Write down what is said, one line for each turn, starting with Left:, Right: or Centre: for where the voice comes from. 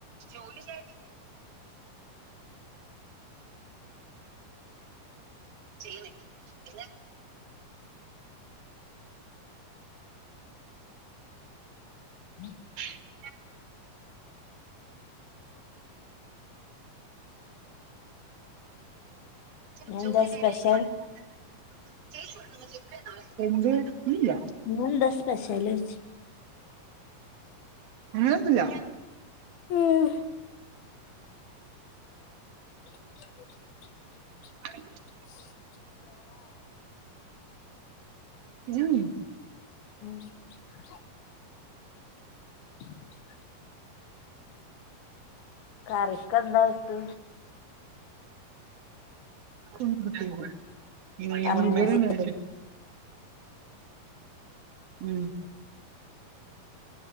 Right: ജോലി്യ ചെയ എല്ല
Left: ഉ <unintelligible>
Right: <unintelligible> <inaudible> <unintelligible>
Left: ഇന്നെന്താ സ്പെഷ്യൽ
Right: എന്ത് ഇല്ല
Left: നന്ത സ്പശല് വെച്ച
Right: അങ്ങനൊന്നുല്ല
Left: ഉം <inaudible>
Right: ആ <unintelligible>
Left: ഉ <unintelligible>
Right: ഉം <unintelligible>
Left: ഉം <unintelligible> <inaudible> കറിക്ക എന്താ വട്ട്
Right: ഉം <unintelligible>
Left: കറ്മൂസ
Right: <unintelligible> വേറേന ഉം